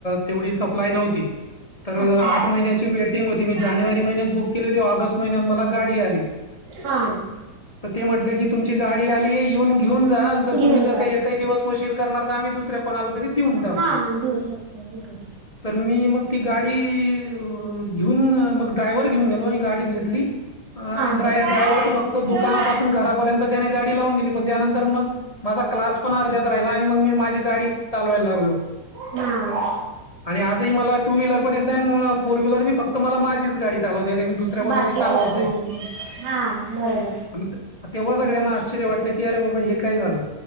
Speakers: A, on the left; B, on the right.
A: तेवढी सप्लाय नव्हती. तर
B: अच्छा
A: आठ महिन्याची वेट हो मी
B: हा
A: जानेवारी महिन्यात बुक केली होती ऑगस्ट महिन्यात मला गाडी आली.
B: हा.
A: तर ते म्हटलं की तुमची गाडी आली आहे येऊन घेऊन जा जर
B: घेऊन
A: तुम्ही जर
B: जा
A: का एकही दिवस उशीर करणार तर आम्ही दुसऱ्या कोणाला तरी देऊन टाकू.
B: हा देऊ शकतो बरोबर
A: तर मी मग ती गाडी घेऊन मग ड्रायव्हर घेऊन गेलो आणि गाडी घेतली. अ
B: हा. हा
A: ड्राय ड्राय्हर तर फक्त दुकानापासून घरापर्यंत त्याने गाडी लावून दिली पण त्यानंतर मग माझा क्लास पण अर्ध्यात राहिला आणि मंग मी माझी गाडीच चालवायला लागलो.
B: नाय
A: आणि आजही मला टू व्हीलर पण येत नाय आणि म फोर व्हीलर बी फक्त मला माझीच गाडी चालावता येते मी दुसऱ्या कोणाची
B: बाकी
A: चालवत
B: गोष्टी
A: नाय.
B: येत नाही. हा बरोबर
A: आणि मग त तेव्हा सगळ्यांना
B: त्याच्यासाठी
A: आश्चर्य वाटलं की अरे बाबा हे काय झालं.